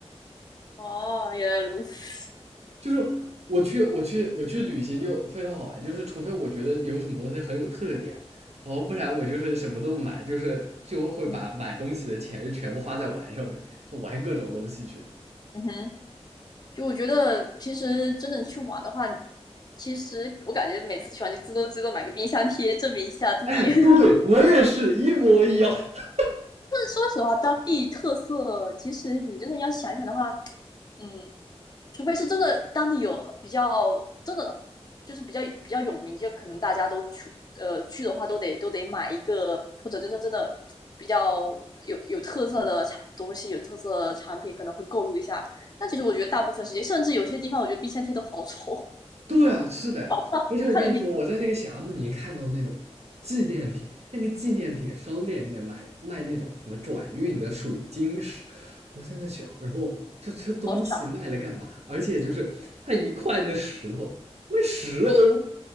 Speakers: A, on the left; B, on the right.
A: 哦，原来如此。
B: 就是我去我去我去旅行就非常好玩，就是除非我觉得有什么东西很有特点，然后不然我就是什么都不买，就是就会把买东西的钱全部花在玩上面，
A: 嗯
B: 玩各种东西去。
A: 嗯哼，就我觉得其实真的去玩的话，其实我感觉每次去玩就最多最多买个冰箱贴，证明一下自己
B: <coughs> 哎，
A: <laughs>
B: 对我也是一模一样。<laughs>
A: 说实话，当地特色，其实你真的要想一想的话，嗯，除非是真的当地有很比较真的就是比较比较有名，就可能大家都去呃去的话，都得都得买一个，或者真正真的比较有有特色的产东西，有特色的产品，可能会购入一下。但其实我觉得大部分时间，甚至有些地方，我觉得冰箱贴都好丑，
B: 对啊，是的呀。
A: <laughs>
B: 而且我跟你说，
A: 我看了冰
B: 我在那个霞慕尼看到那种纪念品，那个纪念品商店里面买卖那种什么转运的水晶石，我现在想，然后这这东西卖了干嘛？
A: 好傻。
B: 而且就是它一块的石头卖十欧，